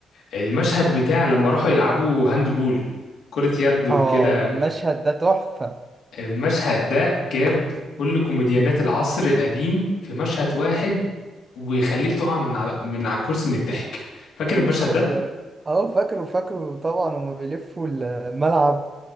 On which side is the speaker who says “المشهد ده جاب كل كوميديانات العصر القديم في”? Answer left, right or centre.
Left